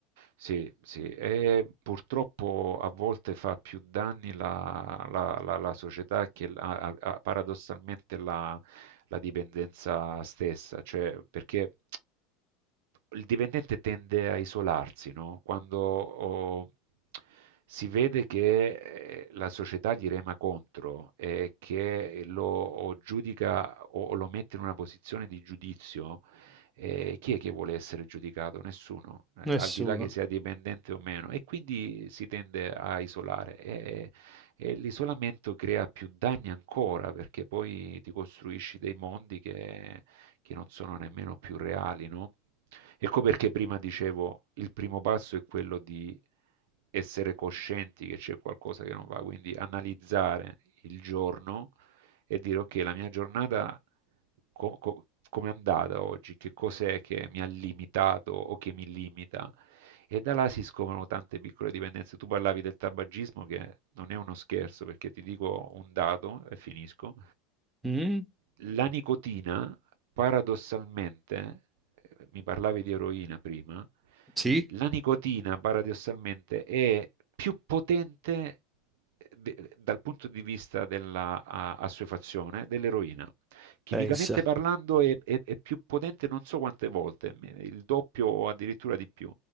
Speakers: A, on the right; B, on the right.
A: Sì, sì, e purtroppo a volte fa più danni la, la- la- la società che la- a- a- paradossalmente la, la dipendenza stessa, cioè perché il dipendente tende a isolarsi, no? Quando oh, si vede che eh, la società gli rema contro e che lo giudica o o lo mette in una posizione di giudizio eh, chi è che vuole essere giudicato? Nessuno, eh,
B: Nessuno.
A: al di là che sia dipendente o meno, e quindi si tende a isolare e, e l'isolamento crea più danni ancora perché poi ti costruisci dei mondi che, che non sono nemmeno più reali, no? Ecco perché prima dicevo, il primo passo è quello di essere coscienti che c'è qualcosa che non va, quindi analizzare il giorno e dire ok, la mia giornata co- co- com'è andata oggi, che cos'è che mi ha limitato o che mi limita. E da là si scoprono tante piccole dipendenze. Tu parlavi del tabagismo, che non è uno scherzo, perché ti dico un dato e finisco.
B: Mm?
A: La nicotina paradossalmente, eh, mi parlavi di eroina prima,
B: Sì,
A: la nicotina paradossalmente è più potente eh, de- dal punto di vista della a- assuefazione dell'eroina. Chimicamente
B: pensa.
A: parlando è, è- è più potente non so quante volte, il doppio o addirittura di più.